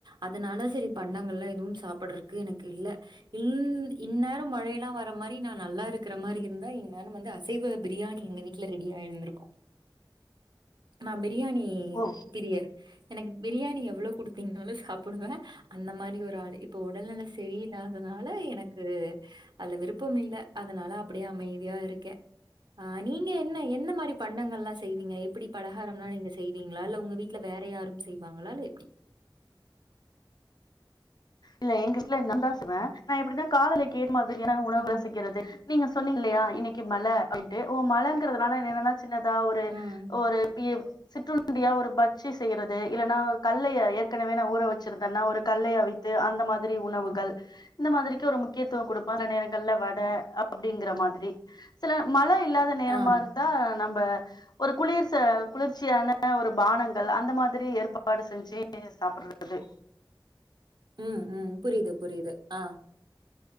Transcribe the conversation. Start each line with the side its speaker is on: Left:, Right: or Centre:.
Right: அதனால செரி பண்டங்கள்லா எதுவும் சாப்படுறக்கு எனக்கு இல்ல இந் இந்நேரோ மழையெல்லா வர மாரி நா நல்லா இருக்குற மாரி இருந்தா இந்நேரோ வந்து அசைவ பிரியாணி எங்க வீட் ல ரெடி ஆயி இருந்திருக்கோ நா பிரியாணி
Left: ஓ
Right: பிரியர் எனக்கு பிரியாணி எவ்வளோ குடுத்தீங்கனாலு சாப்புடுவே அந்த மாரி ஒரு ஆளு இப்போ உடல் நெல சரியில்லாதனால எனக்கு அதுல விருப்பம் இல்ல அதனால அப்டியே அமைதியா இருக்கே ஆ நீங்க என்ன என்ன மாரி பண்டங்கள்லா செய்வீங்க எப்புடி பலகாரம்லா நீங்க செய்வீங்களா இல்ல உங்க வீட் ல வேற யாரும் செய்வாங்களா இல்ல எப்டி
Left: இல்ல எங்க வீட்ல நாந்தா செய்வே நா எப்படீனா காதுல கேக்கு மாதிரியான உணவுகல
Right: ம்,
Left: செய்யறது நீங்க சொன்னீங்கலையா இன்னிக்கி மழை அப்டீன்ட்டு ஓ மழைங்கிறதுனால என்னன்னா சின்னதா ஒரு
Right: ம்,
Left: ஒரு பி எம் சிற்றுண்டியா ஒரு பஜ்ஜி செய்யறது இல்லன்னா கல்லய ஏற்கனவே நா ஊற வெச்சிருதுன்னா ஒரு கல்லய அவி றது அந்த மாதிரி உணவுகள்
Right: ம்.
Left: இந்த மாதிரிக்கு ஒரு முக்கியத்துவம் குடுப்போ அந்த நேரங்கள்ல வட அப்டீங்கிற மாதிரி சில மழை இல்லாத நேரமா
Right: ஆ.
Left: இருந் இதா நம்ப ஒரு குளிர் குளிர்ச்சியான ஒரு பானங்கள் அந்த மாதிரி ஏற்பாடு செஞ்சு சாப்பிடுறது
Right: உம் உம் புரியுது புரியுது ஆ